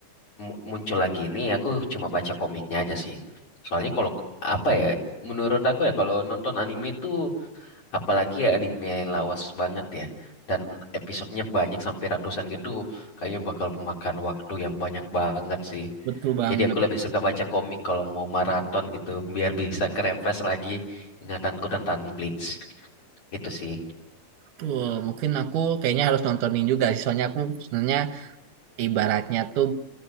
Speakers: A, on the left; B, on the right.
A: mu- muncul lagi ini, aku cuma baca komiknya aja sih. Soalnya kalau apa ya, menurut aku ya kalau nonton anime tuh, apalagi ya anime lawas banget ya, dan episodenya banyak sampai ratusan gitu, kayaknya bakal memakan waktu yang banyak banget sih.
B: Betul, bang.
A: Jadi aku lebih suka baca komik kalau mau maraton gitu, biar bisa refresh lagi ingatanku tentang Bleach. Itu sih.
B: Tuh, mungkin aku kayaknya harus nontonin juga sih. Soalnya aku sebenarnya ibaratnya tuh